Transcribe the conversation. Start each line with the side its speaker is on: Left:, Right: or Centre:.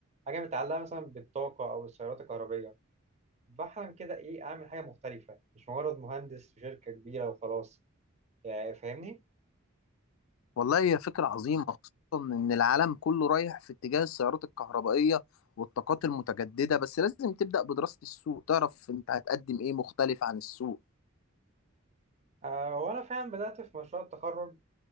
Right: حاجه متعلقه مثلا بالطاقه او السيارات الكهربيه بحلم كده ايه اعمل حاجه مختلفه مش مجرد مهندس في شركه كبيره وخلاص يعني فاهمني
Left: والله هي فكره عظيمه خصوصا ان العالم كله رايح في اتجاه السيارات الكهربائيه والطاقات المتجدده بس لازم تبدا بدراسه السوق تعرف انت هتقدم ايه مختلف عن السوق
Right: آه وانا فعلا بدات في مشروع التخرج